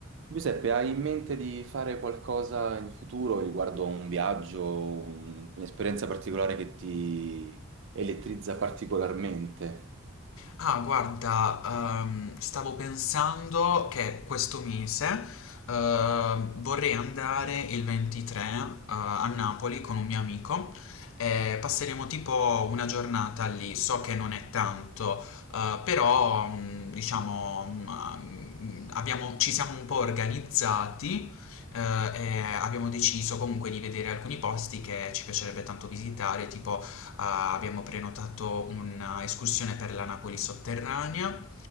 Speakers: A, on the right; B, on the left.
A: Giuseppe, hai in mente di fare qualcosa in futuro riguardo a un viaggio, un- un'esperienza particolare che ti elettrizza particolarmente?
B: Ah, guarda, ehm, stavo pensando che questo mese ehm, vorrei andare il 23 eh, a Napoli con un mio amico e passeremo tipo una giornata lì. So che non è tanto, eh, però mm, diciamo mm, abbiamo- ci siamo un po' organizzati eh, e abbiamo deciso comunque di vedere alcuni posti che ci piacerebbe tanto visitare, tipo Ah, abbiamo prenotato un'escursione per la Napoli sotterranea